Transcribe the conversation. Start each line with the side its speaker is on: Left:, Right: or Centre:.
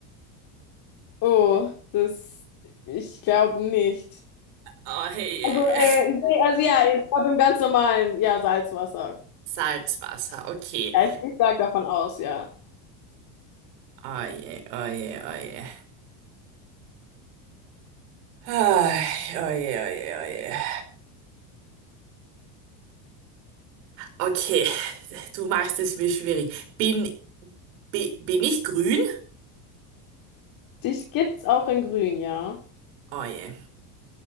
Left: Oh, das, ich glaube nicht.
Right: Oh je.
Left: Also, äh,
Right: <laughs>
Left: nee, also ja, ich glaube im ganz normalen, ja, Salzwasser.
Right: Salzwasser, okay.
Left: Ja, ich, ich sage davon aus, ja.
Right: Oh je, oh je, oh je. Ah, Oh je, oh je, oh je. Okay, du machst es mir schwierig. Bin, bi- bin ich grün?
Left: Dich gibt's auch in Grün, ja?
Right: Oh je.